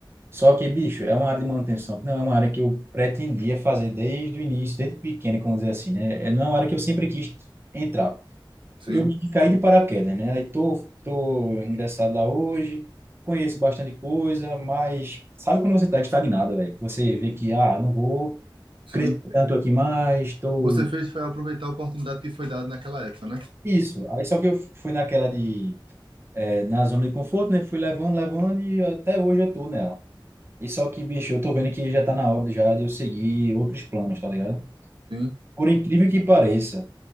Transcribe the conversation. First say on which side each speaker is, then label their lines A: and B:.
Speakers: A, on the right (about 30°); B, on the right (about 75°).
A: Só que, bicho, é uma área de manutenção, que não é uma área que eu pretendia fazer desde o início, desde pequeno, como dizer assim, né? É- Não é uma área que eu sempre quis entrar.
B: sim,
A: eu meio que caí de paraquedas, né? Aí tô, tô ingressado lá hoje, conheço bastante coisa, mas sabe quando você tá estagnado, velho? Você vê que, ah, não vou
B: sim.
A: crescer tanto aqui mais, tô...
B: Você fez foi aproveitar a oportunidade que foi dada naquela época, né?
A: Isso. Aí só que eu fui naquela de... É, na zona de conforto, né? Fui levando, levando e até hoje eu tô nela. E só que, bicho, eu tô vendo que já tá na hora já de eu seguir outros planos, tá ligado?
B: Sim.
A: Por incrível que pareça,